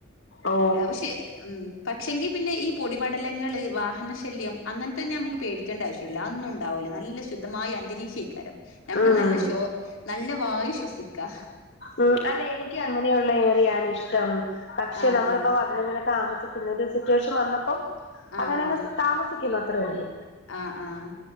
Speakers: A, on the left (about 55°); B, on the left (about 85°).
A: ഓ
B: പക്ഷേ ഉം പക്ഷെങ്കി പിന്നെ ഈ പൊടിപടലങ്ങൾ വാഹന ശല്യം അങ്ങനെ തന്നെ നമുക്ക് പേടിക്കേണ്ട ആവശ്യം ല്ല അഒന്നും ഉണ്ടാവലേ നല്ല ശുദ്ധമായ അന്തരീക്ഷയ്ക്കാരം ഞമുക്ക്
A: ഉം
B: നല്ല ശ്വ നല്ല വായു ശ്വസിക്കാം
A: ഉം അല്ലെ എനിക്ക് അങ്ങനെയുള്ള ഏറിയാണ് ഇഷ്ടം പക്ഷെ
B: ആഹ്
A: നമ്മളിപ്പോ
B: ആഹ്
A: വന്നിങ്ങനെ താമസി സിറ്റുവേഷൻ വന്നപ്പോം
B: ആഹ്
A: അങ്ങനെ
B: ആഹ്
A: അങ്ങ് താമസിക്കുന്നു അത്രേ ഒള്ളൂ
B: ആഹ് ആഹ്